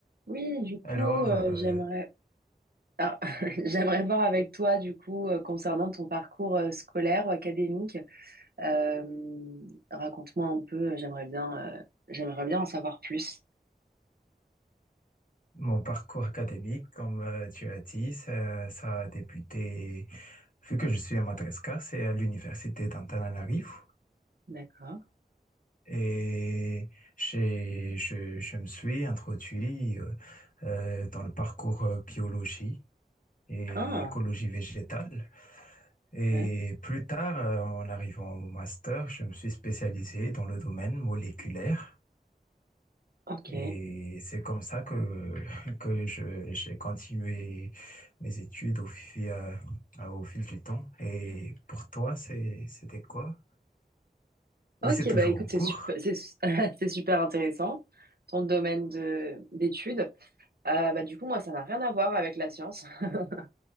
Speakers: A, on the right (about 65°); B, on the left (about 55°).
A: Oui, du coup,
B: Alors,
A: euh,
B: euh,
A: j'aimerais ah, <laughs> j'aimerais voir avec toi, du coup, euh, concernant ton parcours euh, scolaire ou académique. Euh, raconte-moi un peu, euh, j'aimerais bien, euh, j'aimerais bien en savoir plus.
B: mon parcours académique, comme euh, tu as dit, ça, ça a débuté, vu que je suis à Madagascar, c'est à l'université d'Antananarivo.
A: D'accord.
B: Et j'ai- je, je me suis introduit euh, euh, dans le parcours euh, biologie et
A: Ah,
B: écologie végétale. Et
A: ouais.
B: plus tard, euh, en arrivant au master, je me suis spécialisé dans le domaine moléculaire.
A: ok.
B: Et c'est comme ça que, <laughs> que je, j'ai continué mes études au fil, euh, euh, au fil du temps. Et pour toi, c'est, c'était quoi? Ou
A: Ok,
B: c'est toujours
A: bah écoute,
B: en cours?
A: c'est super, c'est su- <laughs> c'est super intéressant, ton domaine de d'études. Euh, bah, du coup, moi, ça n'a rien à voir avec la science. <laughs>